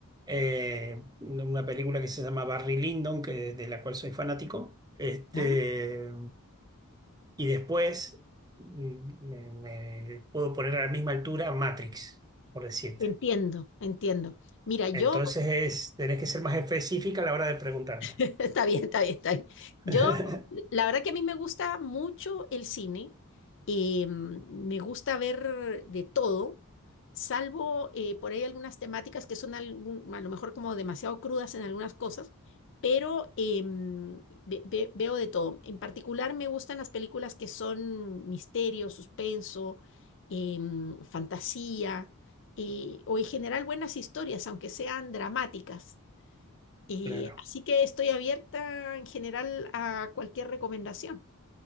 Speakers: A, on the right; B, on the left.
A: eh, una película que se llama Barry Lyndon, que, de la cual soy fanático. Este,
B: ¿ya?
A: Y después mm, me, me puedo poner a la misma altura Matrix, por decirte.
B: Entiendo, entiendo. Mira, yo
A: Entonces es, tenés que ser más específica a la hora de preguntarme.
B: <laughs> Está bien, está bien, está bien. Yo,
A: <laughs>
B: la verdad que a mí me gusta mucho el cine, eh, me gusta ver de todo, salvo eh, por ahí algunas temáticas que son algún- a lo mejor como demasiado crudas en algunas cosas, pero em, ve- ve- veo de todo. En particular me gustan las películas que son misterio, suspenso, em, fantasía, eh, o en general buenas historias, aunque sean dramáticas. Eh,
A: Claro.
B: así que estoy abierta en general a cualquier recomendación.